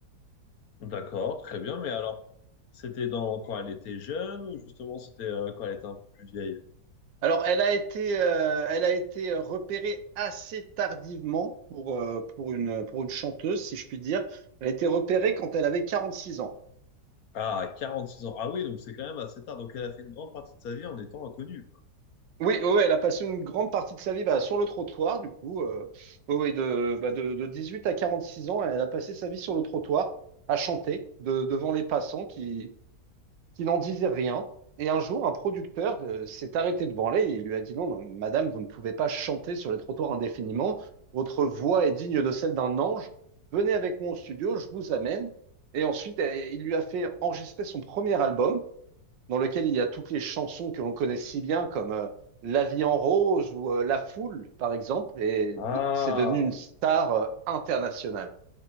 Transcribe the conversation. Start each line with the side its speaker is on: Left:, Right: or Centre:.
Left: D'accord, très bien. Mais alors, c'était dans quand elle était jeune ou justement c'était euh, quand elle était un peu plus vieille?
Right: Alors, elle a été, euh, elle a été repérée assez tardivement pour, euh, pour une, pour une chanteuse, si je puis dire. Elle a été repérée quand elle avait 46 ans.
Left: Ah, 46 ans. Ah oui, donc c'est quand même assez tard. Donc elle a fait une grande partie de sa vie en étant inconnue, quoi.
Right: Oui, ouais, oui, elle a passé une grande partie de sa vie bah, sur le trottoir, du coup. euh, oui, oui, de, bah, de, de 18 à 46 ans, elle a passé sa vie sur le trottoir à chanter de- devant les passants qui, qui n'en disaient rien. Et un jour, un producteur euh, s'est arrêté devant elle et il lui a dit, Non, non, madame, vous ne pouvez pas chanter sur les trottoirs indéfiniment. Votre voix est digne de celle d'un ange. Venez avec moi au studio, je vous amène. Et ensuite, euh, il lui a fait enregistrer son premier album dans lequel il y a toutes les chansons que l'on connaît si bien, comme euh, La vie en rose ou euh, La foule, par exemple, et
Left: Ah,
Right: de- c'est devenu une star euh, internationale.